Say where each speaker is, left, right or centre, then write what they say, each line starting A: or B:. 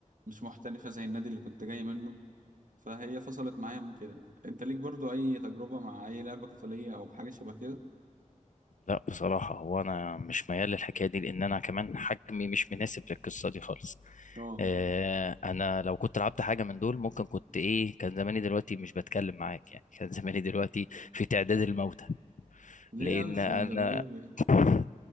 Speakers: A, on the right; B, on the left.
A: مش محترفة زي النادي اللي كنت جاي منه فهي فصلت معايا من كده أنت ليك برضو أي تجربة مع أي لعبة قتالية أو بحاجة شبه كده؟
B: لا بصراحة هو أنا مش ميال للحكاية دي لأن أنا كمان حجمي مش مناسب للقصة دي خالص
A: آه
B: آه، أنا لو كنت لعبت حاجة من دول ممكن كنت إيه كان زماني دلوقتي مش بتكلم معاك يعني كان زماني دلوقتي في تعداد الموتى
A: ليه
B: لأن
A: مش
B: أنا
A: للدرجة دي يعني
B: <laughs>